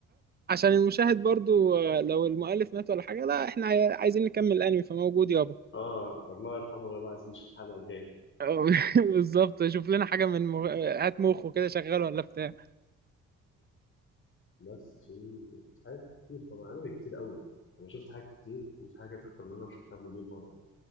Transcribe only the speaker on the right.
عشان المشاهد برضو آه، لو المؤلف مات ولا حاجة لا احنا عاي- عايزين نكمل الانمي فموجود يابا
آه، <laughs> بالظبط شوف لنا حاجة من مغ... هات مخه كده شغال ولا بتاع